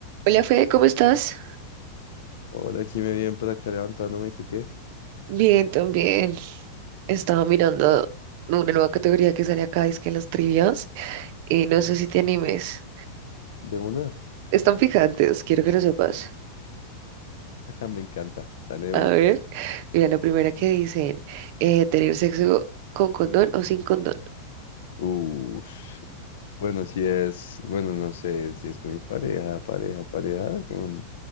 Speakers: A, on the right; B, on the left.
A: Hola Fede, ¿cómo estás?
B: Hola, Jimé, bien por acá levantándome. ¿Y tú qué?
A: Bien, también. Estaba mirando una nueva categoría que sale acá, es que en las trivias, y no
B: Ujú.
A: sé si te animes.
B: ¿De una? <laughs>
A: Están picantes, quiero que lo sepas.
B: Me encanta. Dale de
A: A
B: una.
A: ver, mira, la primera que dicen, eh, ¿tener sexo con condón o sin condón?
B: Ush. Bueno, si es, bueno, no sé, si es con mi pareja, pareja, pareja, con